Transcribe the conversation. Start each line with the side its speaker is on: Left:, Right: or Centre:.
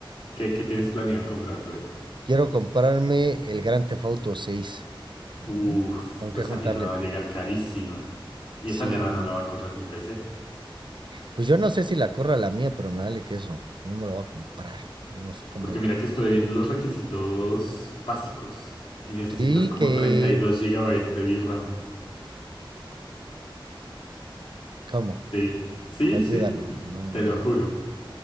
Left: ¿Qué, qué tienes planeado comprar luego?
Right: Quiero comprarme el Grand Theft Auto 6. Mm,
Left: Uf,
Right: Tengo
Left: pues
Right: que juntarle.
Left: esa mierda va a llegar carísima. Y
Right: Sí,
Left: esa mierda no la va a correr mi PC.
Right: pues yo no sé si la corra la mía, pero me vale queso. Yo me lo voy a comprar. Yo No sé cómo
Left: Porque
Right: la.
Left: mira que estuve viendo los requisitos básicos. Y necesitas
Right: Sí,
Left: como
Right: que.
Left: treinta y dos gigabytes de VRAM.
Right: ¿Cómo?
Left: Sí, sí,
Right: Olvídalo.
Left: sí,
Right: No,
Left: te lo
Right: no.
Left: juro.